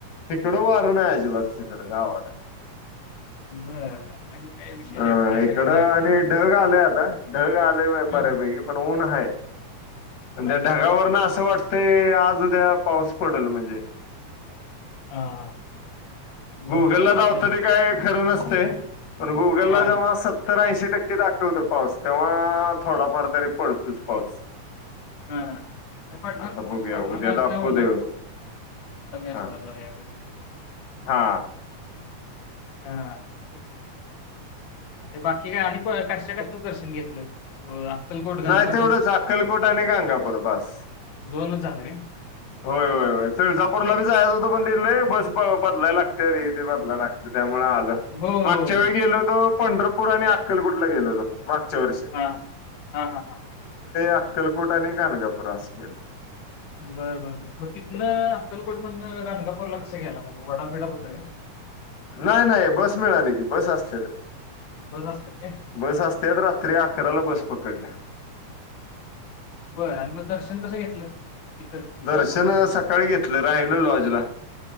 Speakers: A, on the left (about 85°); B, on the left (about 60°).
A: तिकडं वार नाही अजिबात तिकड गावाला...
B: बर करायला हे काय विशेष
A: अ
B: आहे का त्या साईडला
A: इकड
B: वारं
A: आणि
B: नाही
A: ढग आलंय आता ढग आलेय
B: हम्म.
A: बरे.. वे पण ऊन आहेण
B: अच्छा
A: त्या ढगावर ना असं वाटत... ते आज उद्या पाऊस पडेल म्हणजे...
B: हा बरं
A: गुगल
B: बघ
A: ला
B: चांगलं
A: दावतं
B: आहे की.
A: ते काय खरं नसते... पण गुगलला
B: हा
A: जव्हा सत्तर ऐंशी... टक्के दाखवत पाऊस तेव्हा थोडाफार तरी पडतोच पाऊस...
B: हा नाही पडणार
A: आता बघूया
B: पाऊस पडणार
A: उद्या
B: नाही असं
A: दाखवू
B: नाही होणार...
A: दे
B: तम्यास
A: हा
B: मेस..
A: हा...
B: हा बाकी काय आणि कशाकशाच दर्शन घेतलं... अक्कलकोट गणगापूर
A: नाही तेवढंच अक्कलकोट आणि गाणगापूर बास...
B: दोनच झालं काय
A: होय होय होय तुळजापूरला बी.... हो पण बस बदलाय लागते बदलायला लागते... आलं
B: हो हो
A: मागच्या
B: हो.
A: वेळी गेलोतो पंढरपूर आणि अक्कलकुटला गेलोत मा... मागच्या वर्ष...
B: हा हा हा हां...
A: अक्कलकोटा आणि गाणगापूर अस केलं...
B: बर बर बर मग तिथनं अक्कलकोट म्हण गानगापूरला कस गेला म्हणजे वडाप बिडाप होत काय..
A: नाही नाही बस मिळाली की बस असते ते...
B: बस असतात काय
A: बस असत्याच रात्री अकराला बस पकडल्या...
B: बरं आणि मग दर्शन कसं घेतलं... तथ किती
A: दर्शन
B: वाजता पोहोचला
A: सकाळी घेतलं राहिलो लॉजला